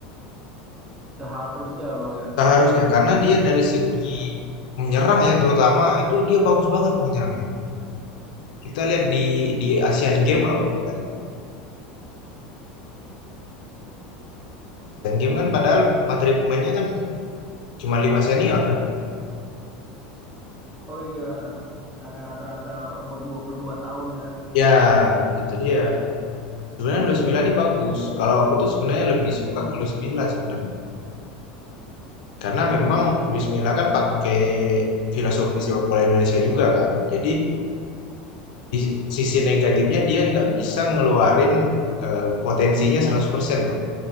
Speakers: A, on the right; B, on the left.
A: seharusnya Bang ya.
B: seharusnya karena dia dari segi menyerang ya terutama itu dia bagus banget menyerangnya kita lihat di di Asian Games lah kita lihat Asian Games kan padahal materi pemainnya kan cuma 5 senior kan
A: Oh iya, karena rata-rata umur 22 tahun ya.
B: ya gitu dia sebenarnya Luis Milla ini bagus kalau aku tuh sebenarnya lebih suka ke Luis Milla sebenarnya karena memang Luis Milla kan pakai filosofi sepak bola Indonesia juga kan jadi Di sisi negatifnya dia nggak bisa ngeluarin eh, potensinya 100% Bang